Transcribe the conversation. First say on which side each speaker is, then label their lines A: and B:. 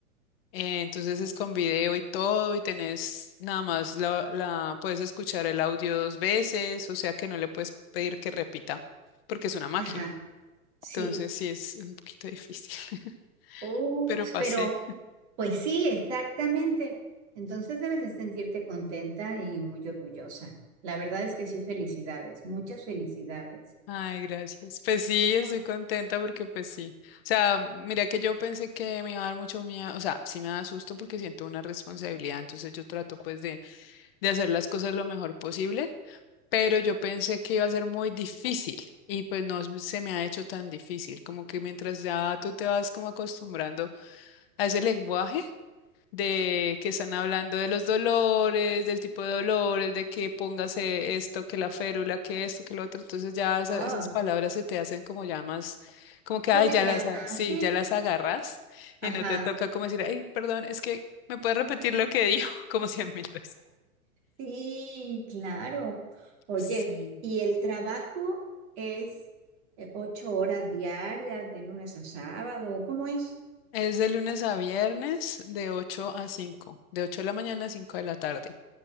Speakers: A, on the left; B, on the right.
A: eh, entonces es con video y todo y tenés nada más la, la puedes escuchar el audio dos veces, o sea que no le puedes pedir que repita porque es una máquina.
B: ajá. Sí,
A: Entonces sí es un poquito difícil, <laughs>
B: ups,
A: pero pasé.
B: pero pues sí, exactamente. Entonces debes de sentirte contenta y muy orgullosa. La verdad es que sí, felicidades, muchas felicidades.
A: Ay, gracias. Pues sí, estoy
B: Ah,
A: contenta porque pues sí. O sea, mira que yo pensé que me iba a dar mucho miedo, o sea, sí me da susto porque siento una responsabilidad, entonces yo trato pues de, de hacer las cosas lo mejor posible, pero yo pensé que iba a ser muy difícil y pues no se me ha hecho tan difícil, como que mientras ya tú te vas como acostumbrando a ese lenguaje de que están hablando de los dolores, del tipo de dolores, de que póngase esto, que la férula, que esto, que lo otro. Entonces ya esa-
B: ah,
A: esas palabras se te hacen como ya más, como que,
B: cotidiana,
A: ay, ya las, a- sí,
B: sí.
A: ya las agarras
B: Ajá,
A: y no te toca como decir, ay, perdón, es que me puedes repetir lo que dijo <laughs> como cien mil veces.
B: sí, claro. Oye,
A: Sí.
B: ¿y el trabajo es eh, ocho horas diarias de lunes a sábado? ¿Cómo es?
A: Es de lunes a viernes de ocho a cinco de 8 de la mañana a 5 de la tarde.